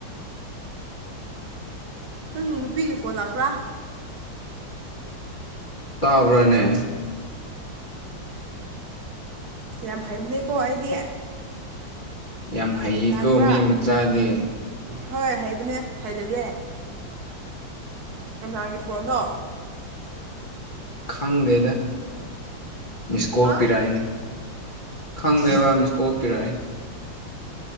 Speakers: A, on the right; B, on the left.
A: ꯅꯪꯅ ꯅꯨꯄꯤꯒꯤ ꯐꯣꯟ ꯂꯥꯛꯄ꯭ꯔꯥ
B: ꯇꯥꯕ꯭ꯔꯥꯅꯦ
A: ꯌꯥꯝ ꯍꯩꯕꯅꯦꯀꯣ ꯑꯩꯗꯤ
B: ꯌꯥꯝ ꯍꯩꯌꯦꯀꯣ
A: ꯂꯥꯛꯄ꯭ꯔꯥ
B: ꯃꯤ ꯃꯆꯥꯗꯤ
A: ꯍꯣꯏ ꯍꯩꯕꯅꯦ ꯍꯩꯇꯗꯦ ꯀꯅꯥꯒꯤ ꯐꯣꯟꯅꯣ
B: ꯈꯪꯗꯦꯗ ꯃꯤꯁꯀꯣꯜ
A: ꯍꯥ
B: ꯄꯤꯔꯛꯏꯅꯤ ꯈꯪꯗꯦꯕ ꯃꯤꯁꯀꯣꯜ ꯄꯤꯔꯛꯑꯦ